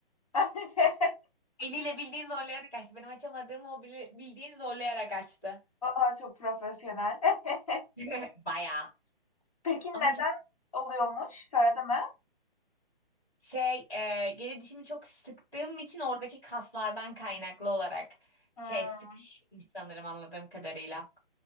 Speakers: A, on the left; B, in the centre.
A: <laughs>
B: Eliyle bildiğin zorlayarak açtı. Benim açamadığım o bile- bildiğin zorlayarak açtı.
A: Aa, çok profesyonel. <laughs>
B: <laughs> Bayağı.
A: Peki neden
B: Ama çok
A: oluyormuş? Söyledi mi?
B: şey e, geri dişimi çok sıktığım için oradaki kaslardan kaynaklı olarak şey
A: Hımm.
B: sıkmış sanırım anladığım kadarıyla.